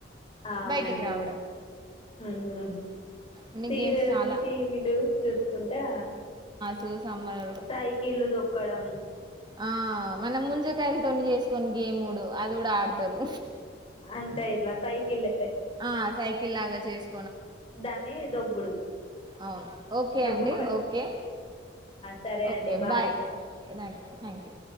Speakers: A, on the left; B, on the right.
A: అవునండి
B: బయటికి రావడం
A: ఆ
B: అన్ని
A: సీరియల్స్
B: గేమ్స్ చాలా
A: టీవీలు చూసుకుంటా
B: త సమ్మర్
A: సైకిళ్ళు తొక్కడం
B: ఆ మన ముజ కాయలతో చేసుకుని గేమ్ డు అది కూడా ఆడతారు
A: అంత ఇలా సైకిల్
B: ఆ సైకిల్ లాగా చేస్త
A: దాని దొబ్బుడు
B: అవును ఓకే
A: దొబ్బుకుంట
B: అండి ఓకే
A: సరే
B: ఓకే
A: అండి బాయ్
B: బాయ్ం థ్యాంక్ యూ